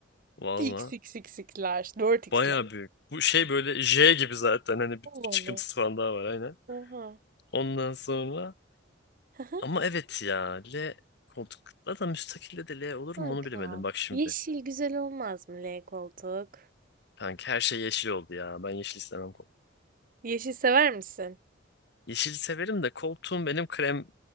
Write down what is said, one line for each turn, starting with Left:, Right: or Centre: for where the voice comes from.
Left: Valla
Right: XXX'ler, 4X'ler.
Left: baya büyük. Bu şey böyle J gibi zaten hani bir,
Right: Allah
Left: bir
Right: Allah.
Left: çıkıntısı falan daha var aynen.
Right: Oha.
Left: Ondan sonra
Right: <laughs>
Left: ama evet ya L koltuk da müstakilde de L olur
Right: Kanka,
Left: mu onu bilemedim bak şimdi.
Right: yeşil güzel olmaz mı L koltuk?
Left: Kanka her şey yeşil oldu ya. Ben yeşil istemem. kol-
Right: Yeşil sever misin?
Left: Yeşili severim de koltuğum benim krem